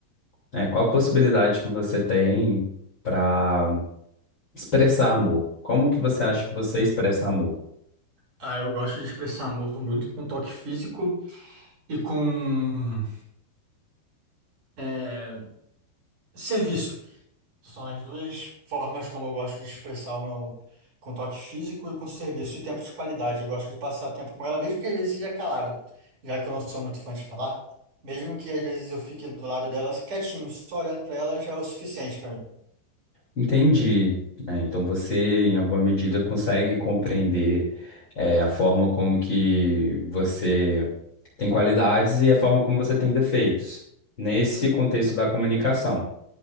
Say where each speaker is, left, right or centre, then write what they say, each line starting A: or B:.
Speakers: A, on the left (about 30°); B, on the right (about 40°).
A: é, qual a possibilidade que você tem para expressar amor? Como que você acha que você expressa amor?
B: Ah, eu gosto de expressar amor muito com toque físico e com é, serviço. São as duas formas como eu gosto de expressar o meu amor. Com toque físico e com serviço e tempo de qualidade. Eu gosto de passar tempo com ela, mesmo que às vezes seja calado, já que eu não sou muito fã de falar. Mesmo que às vezes eu fique do lado dela quietinho, só olhando pra ela já é o suficiente pra mim.
A: Entendi. né? então você, em alguma medida, consegue compreender é, a forma como que você tem qualidades e a forma como você tem defeitos. Nesse contexto da comunicação.